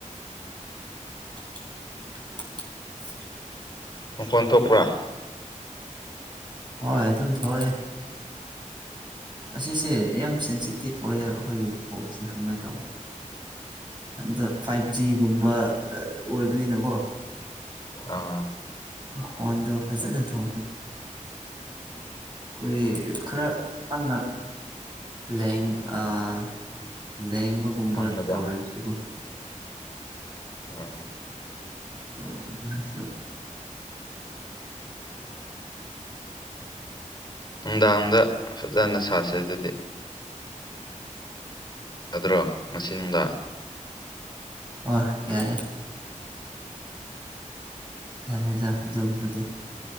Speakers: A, on the right; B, on the left.
A: <inaudible>
B: ꯃꯥꯈꯣꯟ ꯊꯣꯛꯄ꯭ꯔꯥ
A: ꯍꯣꯏ ꯑꯗꯨꯝ ꯊꯣꯛꯑꯦ ꯑꯁꯤꯁꯦ ꯌꯥꯝ ꯁꯦꯟꯁꯤꯇꯤꯞ ꯑꯣꯏꯌꯦ ꯑꯩꯈꯣꯏꯒꯤ ꯀꯣꯛꯁꯦ ꯀꯃꯥꯏ ꯇꯧꯕ ꯑꯗ ꯐꯥꯏꯚ ꯖꯤꯒꯨꯝꯕ ꯑꯥ ꯑꯣꯏꯕꯅꯤꯅꯒꯣ
B: ꯑꯥ
A: ꯃꯈꯣꯟꯗꯣ ꯐꯖꯅ ꯊꯣꯛꯄꯗꯤ ꯍꯣꯏꯌꯦ ꯈꯔ ꯀꯟꯅ ꯂꯦꯡ ꯑꯥ ꯂꯦꯡꯕꯒꯨꯝꯕ
B: ꯈꯪꯅꯕ
A: ꯇꯧꯔꯖꯨ
B: ꯑꯥ
A: ꯇꯧꯕꯝ ꯃꯥꯁꯨ
B: ꯅꯨꯡꯗꯥꯡꯗ ꯐꯖꯅ ꯁꯥꯁꯦ ꯑꯗꯨꯗꯤ ꯌꯥꯗ꯭ꯔꯣ ꯉꯁꯤ ꯅꯨꯡꯗꯥꯡ
A: ꯍꯣꯏ ꯌꯥꯏꯌꯦ ꯌꯥꯔꯦꯗ ꯑꯗꯨꯕꯨꯗꯤ